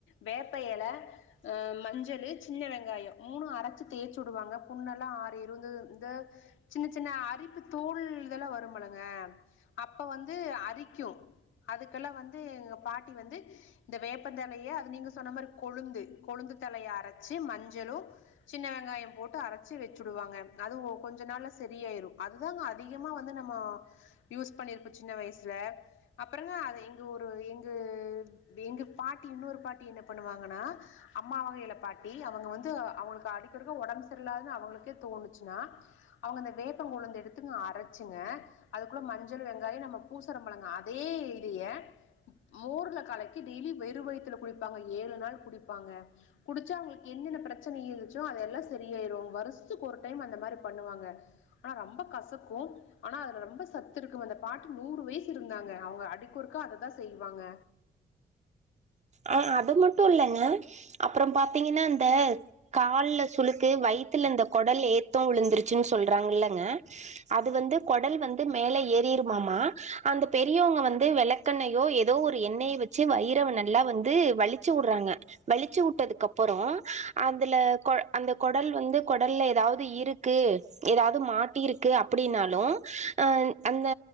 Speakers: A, on the left; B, on the right.
A: வேப்ப இலை அஹ் மஞ்சளு சின்ன வெங்காய மூணு அரைச்சு தேய்ச்சு வுடுவாங்க புண்ணெல்லா ஆரிரு இந்த இந்த சின்ன சின்ன அரிப்பு தோல் இதெல்லா வரும் மணங்க அப்ப வந்து அரிக்கு அதுகெல்லா வந்து எங்க பாட்டி வந்து இந்த வேப்பதலையே அது நீங்க சொன்ன மாரி கொழுந்து கொழுந்து தழைய அரச்சு மஞ்சளு சின்ன வெங்காய போட்டு அரச்சு வச்சுடுவாஙக அதுவு கொஞ்ச நாள் சரியாயுரு அதுதாங்க அதிகமா வந்து நம்மோ யூஸ் பண்ணிர்போ சின்ன வயசுல அப்பரந்தான் அது எங்க ஊர் எங்கு எங்க பாட்டி இன்னொரு பாட்டி என்ன பண்ணுவாங்கனா அம்மா வகையில பாட்டி அவுங்க வந்து அவகனுக்கு அடிக்ஒருக்க உடம்பு சரியல்லனு அவளுக்கே தோனுச்சுனா அவங்க அந்த வேப்ப கொழுந்து எடுத்துங்க அரைச் ச்சுங்க அதுக்குள்ள மஞ்சள் வெங்காயம் நம்ம பூசரமுல்லங்க அதே இதைய மோர்ல கலக்கி டெய்லி வெறு வயத்துல குடிப்பாங்க ஏழு நாள் குடிப்பாங்க குடிச்சா அவுங்களுக்கு என்னென்ன பிரச்சனை இருந்துச்சோ அதெல்லா சரியாயுரு வருஷத்துக்கு ஒரு டைம் அந்த மாரி பண்ணுவாங்க ஆனா ரொம்ப கசக்கு ஆனா அதுல ரொம்ப சத்து இருக்கும் அந்த பாட்டி நூறு வயசு இருந்தாங்க அவுங்க அடிக்கொறுக்கா அததான் செய்வாங்க
B: அஹ் அது மட்டு இல்லங்க அப்புற பாத்தீங்ன்னா அந்த கால்ல சுளுக்கு வயித்துல இந்த குடல் ஏத்தோ விழுந்துருச்சுன்னு சொல்றாங்க இல்லங்க அது வந்து குடல் வந்து மேல ஏறிருமாமா அந்த பெரியவங்க வந்து விளக்கெண்ணயோ ஏதோ ஒரு எண்ணெயை வச்சு வயிற ந ல்லா வந்து வலிச்சு உடுறாங்க வலிச்சு உட்டதுக்கு அப்புற அதுல கொ அந்த குடல் வந்து குடல்ல ஏதாவது இருக்கு ஏதாவது மாட்டிருக்கு அப்டினாலு அ அந்த